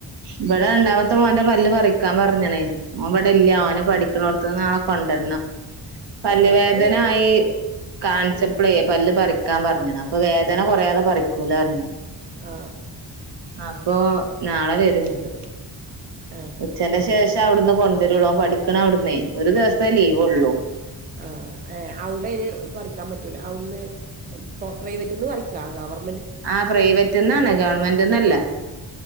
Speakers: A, on the right (about 65°); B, on the right (about 20°).
A: ഇവിടെ ഉണ്ടാമത്തെ മോൻന്റെ പല് പറിക്കാൻ പറഞ്ഞണേ ഓൻ ഇവിടെ ഇല്ല ഓനന് പഠികുന്നോടതിന് നാളെ കൊണ്ട പല്ല്
B: ആ
A: വേദന
B: അത് നമ്മൾ
A: ആായി കാണിച്ചപ്പളേ
B: ഉം.
A: പല്ല് പറിക്കാൻ പറഞ്ഞാണ് അപ്പൊ വേദന കൊറയാതെ പറിക്കൂല പറഞ്ഞേ
B: ആ
A: ഇപ്പൊ നാളെ വരും ഇങ്ങറ്റ്
B: <inaudible>
A: ഉച്ചന്റെ ശേഷം അവിടുന്ന് കൊണ്ടുവരുള്ളൂ പഠിക്കണം അവിടുന്നേ ഒരു ദിവസത്തെേ ലീവ് ഉള്ളു
B: ആ അവിടെ ഇന് പഠിക്കാൻ പറ്റ അവിടന്ന് പ്രൈവറ്റന്ന് പറി ക്കാ--ഗവർ
A: ആ പ്രൈവറ്റ്ന്നാണ് ഗവൺമെന്റ്ന്നല്ല